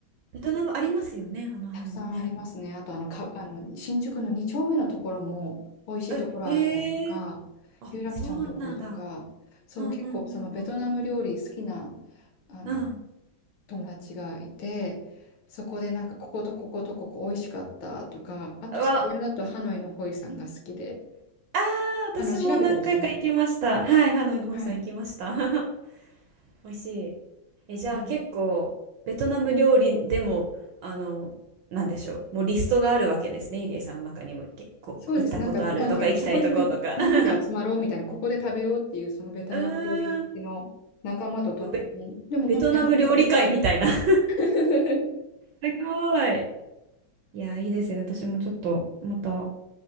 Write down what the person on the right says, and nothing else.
ベトナムありますよね、あの辺もね。
あえ、へえあ、
そうなんだ。
うんうんうん
うん。うん。
わ、ああ、私も何回か行きました。
はい、ハノイのホイさん行きました。
<laughs> 美味しい。え、じゃあ結構、
ベトナム料理でも、あの、なんでしょう。もうリストがあるわけですね。ゆりえさんの中にも、けこう、
行ったことあるとか、
行きたいとことか。
<laughs>
うーん。ベ、
ベトナム料理会みたいな。<laughs> す
ごい。いや、いいですよね。私もちょっと、また、